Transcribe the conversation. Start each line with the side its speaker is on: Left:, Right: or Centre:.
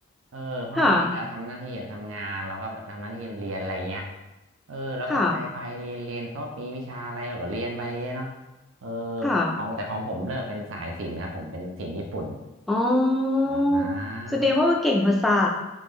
Right: เออพ่อแม่ก็ทำหน้าที่ทำงานเราก็แบบทำหน้าที่เรียนอะไรอย่างเงี้ย
Centre: ค่ะ
Right: เออแล้วก็ไปไปเรียนเรียนเขามีวิชาอะไรเราก็เรียนไปเนาะ
Centre: ค่ะ
Right: เออ
Centre: ค่ะ
Right: ของแต่ของผมเลือกเป็นสายศิลป์ครับผมเป็นศิลป์ญี่ปุ่น
Centre: อ๋อ
Right: อ่า
Centre: แสดงว่าเก่งภาษา